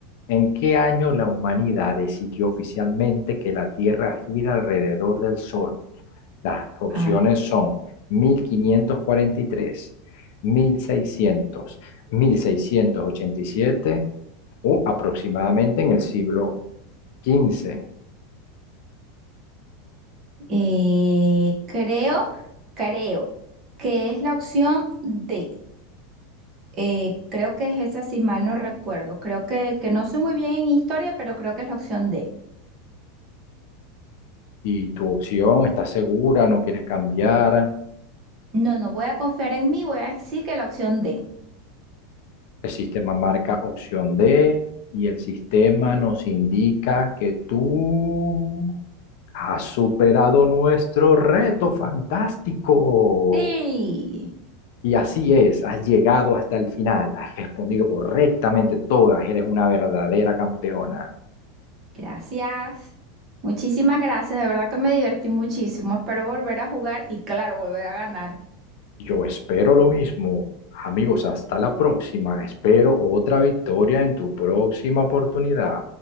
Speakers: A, on the left (about 65°); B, on the right (about 35°).
A: ¿En qué año la humanidad decidió oficialmente que la Tierra gira alrededor del Sol? Las opciones
B: Ay,
A: son mil mil mil quinientos cuarenta y tres, mil seiscientos, mil seiscientos ochenta y siete o aproximadamente en el siglo quince.
B: eh, creo, creo que es la opción D. Eh, creo que es esa, si mal no recuerdo. Creo que, que no soy muy bien en historia, pero creo que es la opción D.
A: Y tu opción, ¿estás segura? ¿No quieres cambiar?
B: No, no voy a confiar en mí, voy a decir que la opción D.
A: El sistema marca opción D y el sistema nos indica que tú has superado nuestro reto fantástico.
B: Sí,
A: Y así es, has llegado hasta el final, has respondido correctamente todas, eres una verdadera campeona.
B: gracias. Muchísimas gracias, de verdad que me divertí muchísimo. Espero volver a jugar y claro, volver a ganar.
A: Yo espero lo mismo. Amigos, hasta la próxima. Espero otra victoria en tu próxima oportunidad.